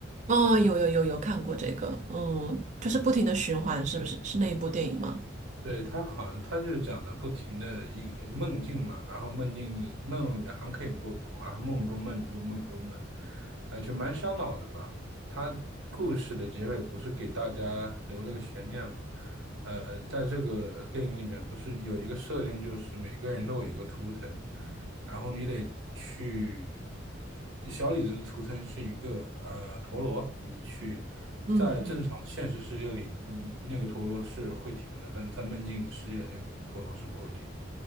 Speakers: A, on the right; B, on the right.
A: 哦，有有有有看过这个，嗯，就是不停的循环，是不是？是那一部电影吗？
B: 对，他好像他就是讲的不停的一呃梦境嘛，然后梦境里梦里面还可以做梦，然后梦中梦中梦中梦，呃，就蛮烧脑的吧。他故事的结尾不是给大家留了个悬念嘛？呃，在这个电影里面不是有一个设定，就是每个人都有一个图腾，然后你得去，小李子的图层是一个呃陀螺，你去在正常现实世界里，
A: 嗯
B: 你那个陀螺是会停的，但是在梦境世界那个陀螺是不会停的。